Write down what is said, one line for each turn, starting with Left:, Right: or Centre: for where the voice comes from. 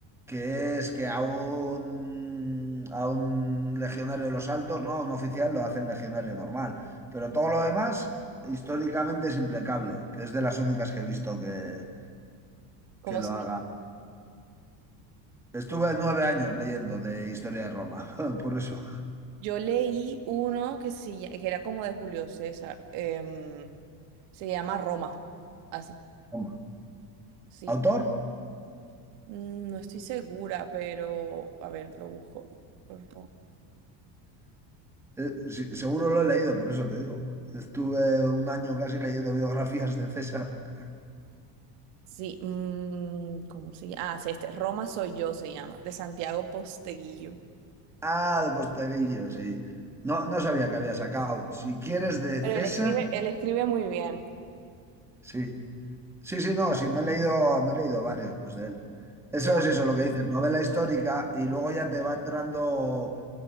Centre: que es que a un, a un legionario de los altos, no, un oficial, lo hacen legionario normal. Pero todo lo demás, históricamente es implacable, que es de las únicas que he visto que,
Right: Como
Centre: que lo
Right: si-
Centre: haga. Estuve nueve años leyendo de historia de Roma, <laughs> por eso.
Right: yo leí uno que, sí que era como de Julio César. em, se llama Roma. Así.
Centre: Roma.
Right: Sí,
Centre: ¿Autor?
Right: Mm, No estoy segura, pero a ver, lo busco. Ro-
Centre: Eh, sí, seguro lo he leído, por eso te digo. Estuve un año casi leyendo biografías de César. <laughs>
Right: Sí, mm, ¿cómo se llama? Ah, sí, este. Roma soy yo se llama, de Santiago Posteguillo.
Centre: Ah, de Posteguillo, sí. No, no sabía que había sacado. Si quieres de
Right: Pero
Centre: César,
Right: él escribe, él escribe muy bien,
Centre: sí. Sí, sí, no, sí, me he leído, me he leído varios de él. Eso
Right: ya.
Centre: es eso, lo que dices, novela histórica y luego ya te va entrando